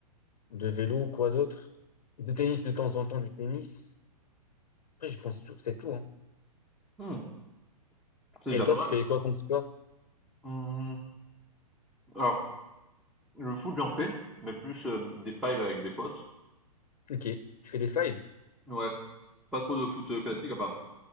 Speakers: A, on the left (about 70°); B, in the centre.
A: de vélo, quoi d'autre? De tennis de temps en temps, du tennis. Après, je pense toujours, c'est tout, hein.
B: hum. C'est
A: Et
B: déjà
A: toi,
B: pas mal.
A: tu fais quoi comme sport?
B: Hum. Alors, le foot, j'en fais, mais plus euh, des fives avec des potes.
A: Ok. Tu fais des fives?
B: Ouais, pas trop de foot euh, classique, enfin,